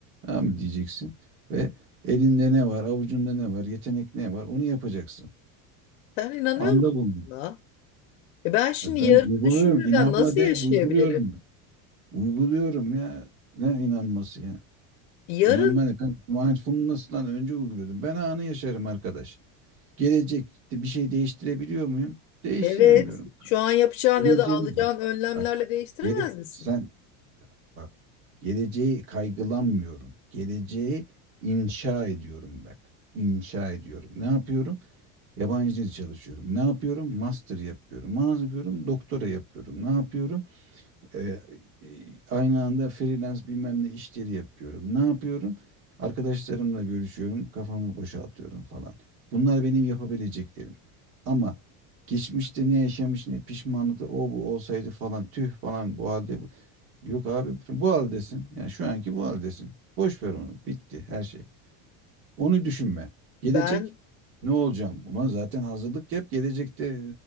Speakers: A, on the right (about 85°); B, on the left (about 65°).
A: Tamam mı diyeceksin ve elinde ne var, avucunda ne var, yetenek ne var onu yapacaksın.
B: sen inanıyor
A: Anda
B: musun
A: bulunur.
B: buna? E Ben şimdi
A: E Ben
B: yarını
A: uyguluyorum.
B: düşünmeden
A: İnanma
B: nasıl
A: değil,
B: yaşayabilirim?
A: uyguluyorum. Uyguluyorum ya. Ne inanması ya?
B: Yarın
A: İnanma ne? Ben mindfulness'tan önce uyguluyordum. Ben anı yaşarım arkadaş. Gelecekte bir şey değiştirebiliyor muyum? Değiştiremiyorum.
B: evet şu an yapacağın
A: Geleceğimi
B: ya da alacağın
A: bak.
B: önlemlerle
A: Bak.
B: değiştiremez
A: Gele,
B: misin?
A: sen bak. Geleceği kaygılanmıyorum. Geleceği inşa ediyorum bak. İnşa ediyorum. Ne yapıyorum? Yabancı dil çalışıyorum. Ne yapıyorum? Master yapıyorum. Ne yapıyorum? Doktora yapıyorum. Ne yapıyorum? Ee, e, aynı anda freelance bilmem ne işleri yapıyorum. Ne yapıyorum? Arkadaşlarımla görüşüyorum, kafamı boşaltıyorum falan. Bunlar benim yapabileceklerim. Ama geçmişte ne yaşamış, ne pişmanlıklar, o bu olsaydı falan, tüh falan bu halde. bu- Yok abi, bu haldesin. Yani şu anki bu haldesin. Boş ver onu. Bitti her şey. Onu düşünme. Gelecek
B: Ben
A: ne olacağım? Ulan zaten hazırlık yap. Gelecekte e,